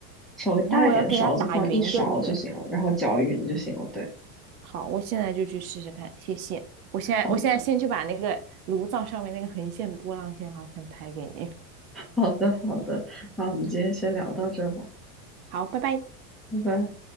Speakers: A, in the centre; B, on the right.
A: 稍微大一点的勺子，
B: 然后我要给它打匀，
A: 放一勺就行了，
B: 对不对？
A: 然后搅匀就行了。对，
B: 好，我现在就去试试看，谢谢。我现在，
A: 好的，
B: 我现在先去把那个炉灶上面那个横线波浪线好像拍给你。
A: 好的，好的，那我们今天先聊到这儿吧，
B: 好，拜拜。
A: 拜拜。